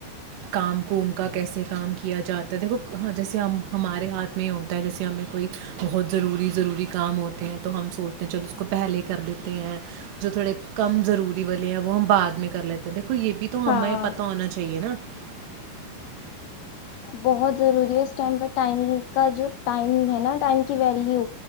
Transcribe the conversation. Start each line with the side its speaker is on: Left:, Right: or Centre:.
Right: کام کوم کا کیسے کام کیا جاتا ہے دیکھو ہاں جیسے ہم ہمارے ہاتھ میں ہی ہوتا ہے جیسے ہمیں کوئی بہت ضروری ضروری کام ہوتے ہیں تو ہم سوچتے ہیں چلو اس کو پہلے کر لیتے ہیں جو تھوڑے کم ضروری والے ہیں وہ ہم بعد میں کر لیتے ہیں دیک تو یہ بھی تو
Left: ہاں
Right: ہمیں پتا ہونا چاہیے نا <unintelligible>
Left: بہت ضروری ہے اس ٹائم پر ٹائم کا جو ٹائم ہے نا ٹائم کی ویلو